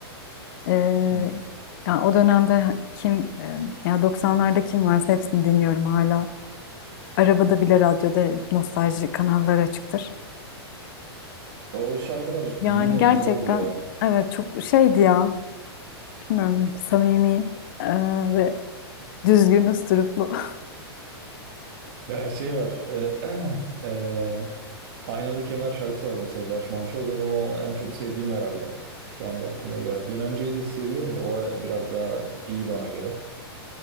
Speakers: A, on the left; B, on the right.
A: Ee,
B: Hmm.
A: ya o dönemde kim e, ya 90'larda kim varsa hepsini dinliyorum hala. Arabada bile radyoda nostalji kanalları açıktır.
B: Ya O şarkılar
A: Yani
B: yine
A: gerçekten
B: güzeldi ya.
A: evet çok şeydi ya. Bilmiyorum samimi e, ve düzgün üsluplu. <laughs>
B: Ya şey var. E, <clears throat> e, Aynalı Kemer şarkısı var mesela Barış Manço. Benim o en çok sevdiğim herhalde. Şu anda aklıma o geldi. Dönence'yi de seviyorum da o biraz daha iyi bana göre.